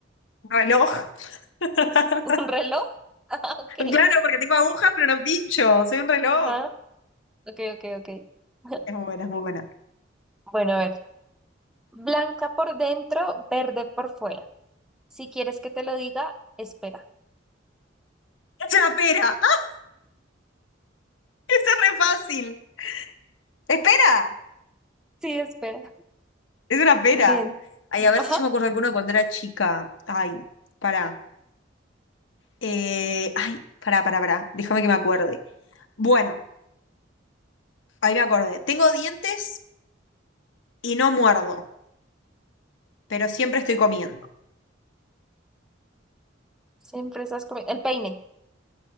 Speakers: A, on the left; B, in the centre.
A: Un reloj. <laughs>
B: <laughs> ¿Un reloj? <laughs> Ah, ok.
A: Claro, porque tengo agujas, pero no pincho. Soy un reloj.
B: Ajá. Ok, ok, ok. <laughs>
A: Es muy buena, es muy buena.
B: Bueno, a ver. Blanca por dentro, verde por fuera. Si quieres que te lo diga, espera.
A: Es una pera. <laughs> ¡Ah! Esa es re fácil. Espera.
B: Sí, espera.
A: Es una pera.
B: Bien.
A: Ay, a ver
B: Ajá.
A: si yo me acuerdo de alguno cuando era chica. Ay, pará. Eh, ay, pará, pará, pará. Déjame que me acuerde. Bueno, ahí me acordé. Tengo dientes y no muerdo, pero siempre estoy comiendo.
B: Siempre estás comiendo. El peine.